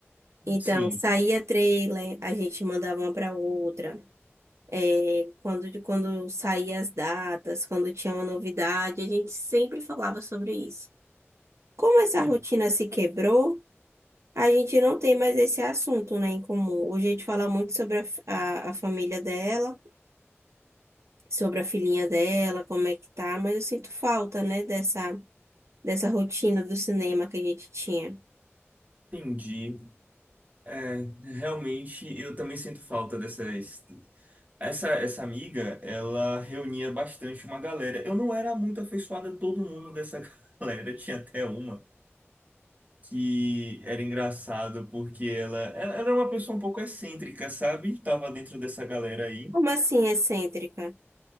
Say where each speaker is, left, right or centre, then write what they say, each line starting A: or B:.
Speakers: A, on the right (about 75°); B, on the right (about 35°).
A: Então,
B: sim,
A: saía trailer, a gente mandava uma para outra. É, quando, quando saía as datas, quando tinha uma novidade, a gente sempre falava sobre isso. Como essa
B: en-
A: rotina se quebrou, A gente não tem mais esse assunto, né, em comum. Hoje a gente fala muito sobre a, f- a, a família dela, sobre a filhinha dela, como é que tá, mas eu sinto falta, né, dessa, dessa rotina do cinema que a gente tinha.
B: entendi. É, realmente, eu também sinto falta dessas. Essa, essa amiga, ela reunia bastante uma galera. Eu não era muito afeiçoada a todo mundo dessa <laughs> galera. Tinha até uma que era engraçado porque ela, ela era uma pessoa um pouco excêntrica, sabe? Tava dentro dessa galera aí.
A: Como assim, excêntrica?